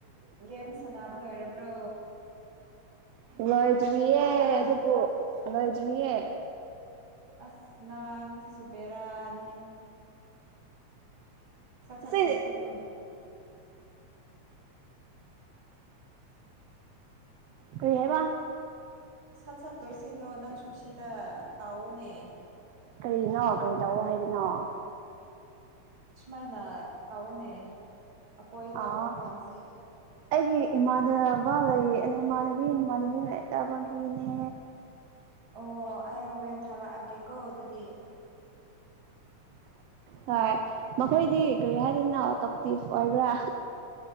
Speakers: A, on the right; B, on the right.
A: ꯌꯦꯦꯝ ꯁꯅꯕ ꯂꯣꯏꯔꯕ꯭ꯔꯣ
B: ꯂꯖꯕꯤꯑꯦ
A: ꯍꯥ
B: ꯑꯗꯨ ꯄꯣ ꯂꯖꯑꯦ
A: ꯑꯁ ꯅꯪꯁꯤꯁꯨ ꯕꯦꯔꯥꯅꯤꯍꯦ ꯁꯠ ꯁꯠ
B: ꯑꯁꯤ
A: ꯂꯣꯏꯁꯤꯂꯨ
B: ꯀ꯭ꯔꯤꯌꯥꯦꯕ
A: ꯁꯠ ꯁꯠ ꯂꯣꯏꯁꯤꯜꯂꯣ ꯅꯪꯁꯨ ꯁꯤꯗ ꯇꯥꯎꯑꯣꯅꯦ
B: ꯀꯔꯤꯅꯣ ꯀꯔꯤ ꯇꯧꯑꯣ ꯍꯥꯏꯕꯤꯅꯣ
A: ꯁꯨꯃꯥꯏꯅ ꯇꯥꯎꯒꯅꯦ ꯑꯩꯈꯣꯏ
B: ꯑꯥ
A: ꯇꯥꯎꯕꯒꯨꯝꯅ ꯍꯧꯖꯤꯛ
B: ꯑꯩꯒꯤ ꯏꯃꯥꯟꯅꯕ ꯂꯩꯅꯦ ꯏꯃꯥꯟꯅꯕꯤ ꯏꯃꯥꯟꯅꯕꯤ ꯂꯩꯇꯕꯒꯤꯅꯦ
A: ꯑꯣ ꯑꯩ ꯍꯣꯔꯦꯟ ꯊꯥꯔꯛꯑꯒꯦꯀꯣ ꯑꯗꯨꯗꯤ ꯎꯝ
B: ꯍꯣꯏ ꯃꯈꯣꯏꯗꯤ ꯀꯔꯤ ꯍꯥꯏꯗꯅ ꯇꯣꯛꯇꯤꯐ ꯑꯣꯏꯕ꯭ꯔꯥ